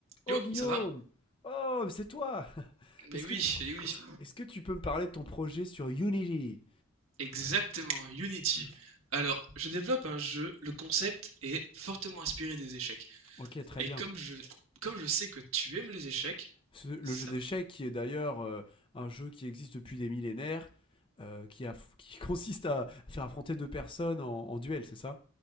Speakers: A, on the left; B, on the right.
A: Oh
B: Yo,
A: Guillaume
B: ça va?
A: Oh, c'est toi
B: Mais
A: Est-ce
B: oui,
A: que,
B: eh oui,
A: est-ce, est-ce que tu peux me parler de ton projet sur Unity
B: exactement, Unity. Alors, je développe un jeu, le concept est fortement inspiré des échecs.
A: Ok, très
B: Et
A: bien.
B: comme je, comme je sais que tu aimes les échecs,
A: Ce- le
B: ça...
A: jeu d'échecs, qui est d'ailleurs euh, un jeu qui existe depuis des millénaires, euh, qui, a, <laughs> qui consiste à faire affronter deux personnes en, en duel, c'est ça